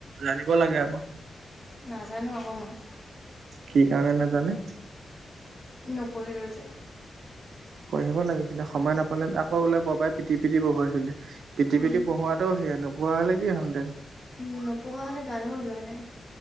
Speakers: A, on the right; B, on the left.
A: জানিব লাগে আকৌ।
B: নাজানো আকৌ মই
A: কি কাৰণে নাজানে।
B: নপঢ়িলো যে।
A: পঢ়িব লাগিছিলে, সময় নাপালে আকৌ বোলে ববাই পিটি পিটি পঢ়ুৱাইছিলে। পিটি
B: উম,
A: পিটি পঢ়োৱাতটো সেয়া নপঢ়োৱা হ'লে কি হ'ল হেঁতেন।
B: উম, নপঢ়া হ'লে গাধ হ'লো হেতেন